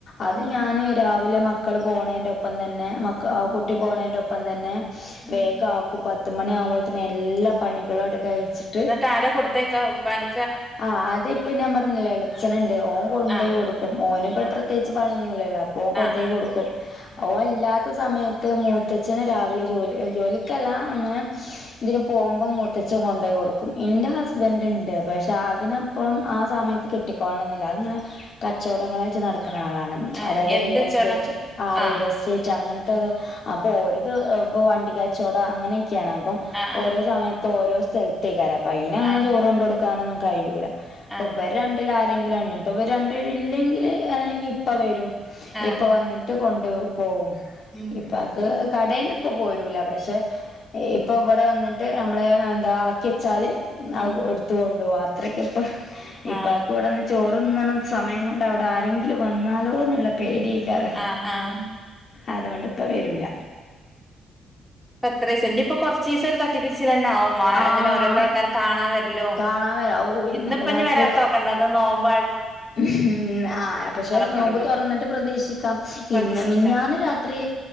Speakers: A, on the left; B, in the centre.
A: അത്
B: ഉം
A: ഞാന് രാവി ലെ മക്കള് പോണേന്റൊപ്പം തന്നെ മക്ക അ
B: ഉം
A: കുട്ടി പോണേന്റൊപ്പം തന്നെ
B: ഉം
A: വേഗാക്കും പത്ത് മണി ആകുമ്പോത്തന്നെ എല്ലാ പണികളും ആടെ കഴിച്ചി
B: എന്നിട്ടാരാ കൊടുത്തയക്ക ഉപ്പാന്റ
A: ആഹ് അതിപ്പം ഞാൻ പറഞ്ഞില്ലേ എളേച്ചനുണ്ട് ഓൻകൊണ്ടോയി
B: ആ
A: കൊടുക്കും ഓനിപ്പൊ
B: ആ
A: പ്രത്യേ പണിയൊന്നുല്ലാല്ലോ അപ്പൊ കൊണ്ടോയി
B: ആ ആ
A: കൊടുക്കും
B: ഉം
A: ഓൻ ഇല്ലാത്ത സമയത്ത് മൂത്തച്ഛന് രാവിലെ ജോലി ജോലിക്കല്ല അങ്ങനെ
B: ഉം
A: ഇതിന് പോകുമ്പം മൂത്തച്ചൻ കൊണ്ടോയി കൊടുക്കും ഇന്റെ
B: ഉം
A: ഹസ് വന്റ്ണ്ട് പക്ഷെ അതിനപ്പഴും ആഹ് സമയത്ത് കിട്ടിക്കോളണം എന്നില്ല അതിങ്ങനെ കച്ചോടങ്ങളായിട്ട് നടക്കണ ആളാണ്
B: ആ
A: അതായത്
B: എന്ത്
A: റിയലെസ്റ്റേറ്റ്
B: ചേടാ
A: ആഹ്
B: ആ
A: റിയൽ എസ് റ്റേറ്റ് അങ്ങൻത്തേത് അപ്പൊ ഓരിത് ഇപ്പോ വണ്ടി കച്ചോട അങ്ങനെയൊക്കെയാണ് അപ്പം
B: ആ ആ
A: ഓരോ സമയത്ത് ഓരോ സ്ഥലത്തേക്ക് അരാ അയിന അങ്ങനെ
B: ആ
A: ചോറ് കൊണ്ട് കൊടുക്കാനൊന്നും കയൂല്ല.
B: ആ
A: അപ്പൊ ഇവര് രണ്ടില് ആരെങ്കിലും ഇനീപ്പൊ ഇവര് രണ്ടു പേരും ഇല്ലെങ്കില് ഇപ്പ വരും.
B: ആ
A: ഇപ്പ വന്നിട്ട് കൊണ്ട് പോകും
B: ഉം
A: ഇപ്പ കടേന്ന് ഇപ്പ പോരൂല പക്ഷെ ഇപ്പ ഇവിടെ വന്നിട്ട് നമ്മള് എന്താ ആക്കി വെച്ചാല് ആഹ്
B: ഉം
A: എടുത്ത് കൊണ്ട് പോകും അത്രക്ക് ഇപ്പം ഇപ്പക്ക്
B: ആ
A: ഇവിടെന്ന് ചോറുണ്ണാനൊന്നും സമയം കൊണ്ട് അവിടെ ആരെങ്കിലും വന്നാലോ എന്നുള്ള പേടിയൊക്കാ
B: ആഹ് ആഹ്
A: അതോണ്ട് ഇപ്പ വരൂല
B: എത്ര ദിവസം എങ്കി ഇപ്പൊ കുറച്ച് ദിവസം ഒരു തട്ടിതിരിച്ച് തന്നെ ആവും
A: ആഹ്
B: അങ്ങനെ ഓരോരുത്തർക്ക് ആൾ കാണാൻ വരലും
A: കാണാൻ വരാ ഓ ഇന്നലെ
B: ഇന്നിപ്പൊ ഇനി
A: രാത്രിയൊക്കെ
B: വരാത്ത നോക്കേണ്ട ന്ന് നോമ്പാ
A: ഉം ആഹ് പക്ഷെ
B: തൊടങ്ങും
A: നോമ്പ് തുറന്നിട്ട് പ്രതീക്ഷിക്കാം
B: പ്രതീക്ഷിക്കാം
A: ഇന്ന് മിനിഞ്ഞാന്ന് രാ ത്രി